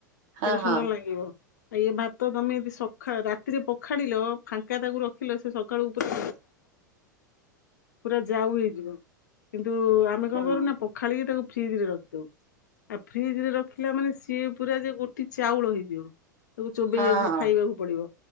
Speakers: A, on the right; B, on the left.
A: ହଁ
B: କେଡେ ସୁନ୍ଦର
A: ହଁ
B: ଲାଗିବ ଆଉ ଏ ଭାତ ତମେ ଯଦି ସଖା ରାତିରେ ପଖାଳିଲ ଫାଙ୍କା ତାକୁ ରଖିଲ ସେ ସକାଳୁ ପୁରା ପୁରା ଯାଉ ହେଇଯିବ କିନ୍ତୁ ଆମେ
A: ହଁ।
B: କଣ କରୁନା ପଖାଳିକି ତାକୁ ଫ୍ରିଜ ରେ ରଖିଦଉ ଆଉ ଫ୍ରିଜ ରେ ରଖିଲା ମାନେ ସିଏ ପୁରା ଯେ ଗୋଟେ ଏ ଚାଉଳ ହେଇଯିବ ତାକୁ ଚୋବେଇବାକୁ
A: ହଁ ହଁ
B: ଖାଇବାକୁ ପଡିବ